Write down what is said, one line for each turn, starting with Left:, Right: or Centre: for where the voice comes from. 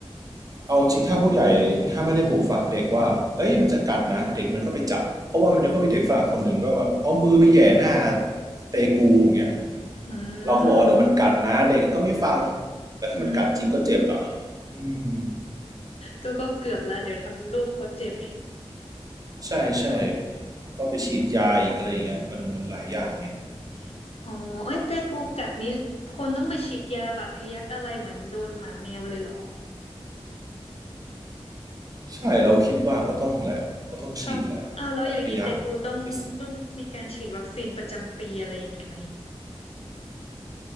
Right: เอาจริงถ้าผู้ใหญ่ถ้าไม่ได้ปลูกฝังเด็กว่าเอ้ยมันจะกัดนะเด็กมันก็ไปจับเพราะว่ามันก็มีเด็กฝรั่งคนหนึ่งก็แบบเอามือไปแหย่หน้าเตกูอย่างเงี้ย
Left: อื
Right: เราก็บอกว่าเดี๋ยวมันกัดนะเด็กก็ไม่ฟัง
Left: ม
Right: แต่ถ้ามันกัดจริงก็เจ็บอ่ะ
Left: อืม
Right: อืม
Left: ก็ก็เกือบละเดี๋ยวทำลูกเขาเจ็บ
Right: ใช่ใช่ก็ไปฉีดยาอีกอะไรอย่างเงี้ยมันมันหลายอย่างไง
Left: <laughs> อ๋อเอ้ยแต่กูกัดนี้คนต้องไปฉีดยาบาดทะยักอะไรเหมือนโดนหมาแมวเลยเหรอ
Right: ใช่เราคิดว่าก็ต้องแหละก็ต้องฉีดแหละบัตรทยัก
Left: ครับเอาวแล้วอย่างนี้แต่กูต้องต้องมีการฉีดวัคซีนประจำปีอะไรอย่างนี้ไหม
Right: พิ